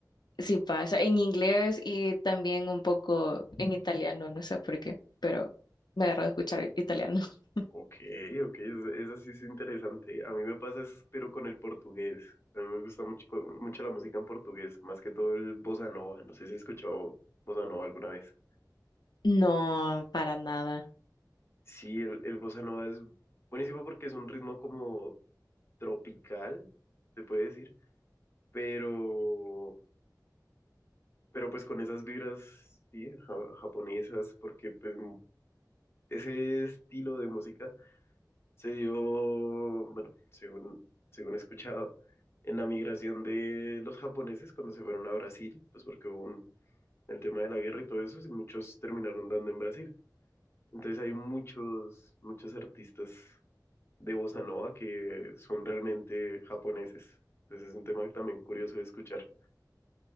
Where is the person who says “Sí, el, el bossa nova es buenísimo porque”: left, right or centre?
Left